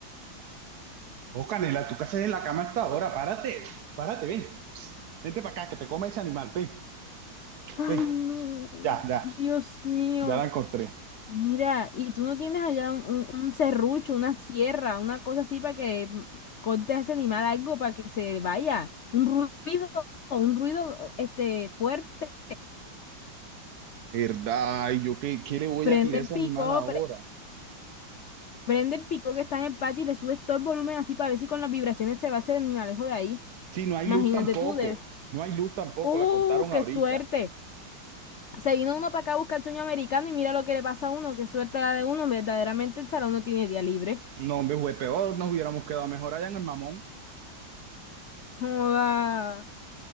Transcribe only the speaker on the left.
Ay,
no,
Dios mío.
Mira, y tú no tienes allá un, un- un serrucho, una sierra, una cosa así para que mm, cortes a ese animal algo para que se vaya. Un ruido, un ruido este fuerte.
Prende
el
pico,
pre- prende el pico que está en el patio y le subes todo el volumen así para ver si con las vibraciones se va ese animalejo de ahí.
Imagínate
tú, debes.
¡Uh,
qué
suerte! Se vino uno para acá a buscar el sueño americano y mira lo que le pasa a uno, qué suerte la de uno, verdaderamente el salón no tiene día libre.
Joda,